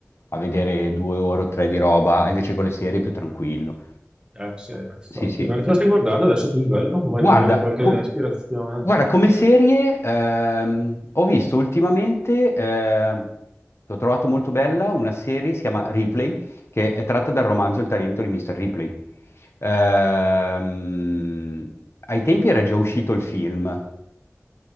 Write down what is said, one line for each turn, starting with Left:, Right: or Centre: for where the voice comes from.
Left: a vedere due ore o tre di roba, invece con le serie è più tranquillo.
Right: Eh, sì, ma infatti.
Left: Sì, sì.
Right: Ma Cosa stai guardando adesso tu di bello? Magari
Left: Guarda,
Right: mi viene qualche
Left: com-
Right: ispirazione.
Left: guarda, come serie ehm, ho visto ultimamente, ehm, l'ho trovato molto bella, una serie si chiama Ripley, che è tratta dal romanzo Il talento di Mr. Ripley. Ehm, ai tempi era già uscito il film,